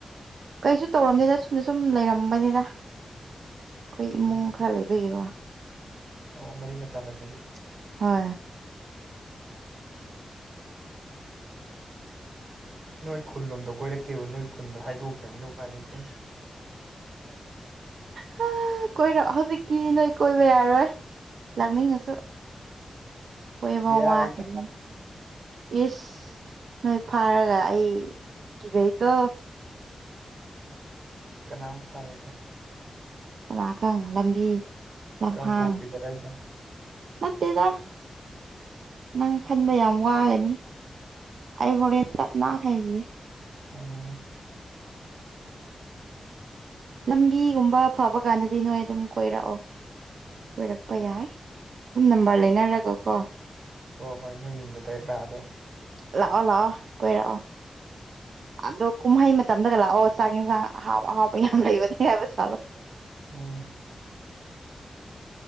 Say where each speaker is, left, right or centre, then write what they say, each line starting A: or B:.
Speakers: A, on the right (about 85°); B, on the right (about 65°).
A: ꯀꯩꯁꯨ ꯇꯧꯔꯝꯗꯦꯗ ꯁꯨꯝꯅ ꯁꯨꯝ ꯂꯩꯔꯝꯕꯅꯤꯗ ꯑꯩꯈꯣꯏ ꯏꯃꯨꯡ
B: ꯎꯝ
A: ꯈꯔ ꯂꯩꯕꯒꯤꯀꯣ
B: ꯑꯣ ꯃꯔꯤ ꯃꯇꯥ ꯂꯩꯕꯒꯤ
A: ꯑꯥ
B: ꯅꯣꯏ ꯈꯨꯜꯂꯣꯝꯗ ꯀꯣꯏꯔꯛꯀꯦꯕꯨ ꯅꯣꯏ ꯈꯨ ꯈꯨꯨꯟꯗꯣ ꯍꯥꯏꯗꯣꯛꯇꯃꯤꯅ ꯎꯄꯥꯏ ꯂꯩꯇꯦ
A: ꯍꯥ ꯀꯣꯔꯛ ꯍꯧꯖꯤꯛꯇꯤ ꯅꯣꯏ ꯀꯣꯏꯕ ꯌꯥꯔꯣꯏ ꯂꯥꯛꯅꯤꯡꯉꯁꯨ ꯀꯣꯏꯕ
B: ꯌꯥꯏꯗ
A: ꯋꯥꯒꯤꯅꯤ ꯏꯁ ꯅꯣꯏ ꯐꯥꯔꯒ ꯂꯥꯛꯑꯦ ꯀꯤꯖꯩꯀꯣ
B: ꯀꯅꯥꯝ ꯐꯥꯔꯣꯏꯗ
A: ꯀꯅꯥꯥꯈꯪ ꯂꯝꯕꯤ ꯂꯝꯍꯥꯡ
B: ꯀꯥꯡꯄꯣꯛꯄꯤꯗꯔ ꯍꯥꯏꯁꯦ
A: ꯅꯠꯇꯦꯗ ꯅꯪ ꯈꯟꯕ ꯌꯥꯝ ꯋꯥꯔꯅꯤ ꯑꯩ ꯍꯣꯔꯦꯟ ꯇꯞꯅ ꯍꯥꯏꯕꯤꯒꯦ
B: ꯎꯝ
A: ꯂꯝꯕꯤꯒꯨꯝꯕ ꯐꯕ ꯀꯥꯟꯗꯗꯤ ꯅꯣꯏ ꯑꯗꯨꯝ ꯀꯣꯏꯔꯛꯑꯣ ꯀꯣꯏꯔꯛꯄ ꯌꯥꯏ ꯗꯨꯝ ꯅꯝꯕꯔ ꯂꯩꯅꯔꯒ ꯀꯣ
B: ꯍꯣ ꯍꯣꯏ ꯅꯣꯏ ꯌꯨꯝꯗ ꯗꯥꯢꯔꯦꯛ ꯂꯥꯛꯑꯗꯧ
A: ꯂꯥꯛꯑꯣ ꯂꯥꯛꯑꯣ ꯀꯣꯢꯔꯛ ꯑꯣ ꯑꯗꯣ ꯀꯨꯝꯍꯩ ꯃꯇꯝꯗꯒ ꯂꯥꯛꯑꯣ ꯆꯥꯛ ꯌꯦꯟꯁꯥꯡ ꯑꯍꯥꯎ ꯑꯍꯥꯎꯕ ꯌꯥꯝ ꯂꯩꯕꯅꯦ ꯍꯥꯏꯕꯁꯦ
B: ꯎꯝ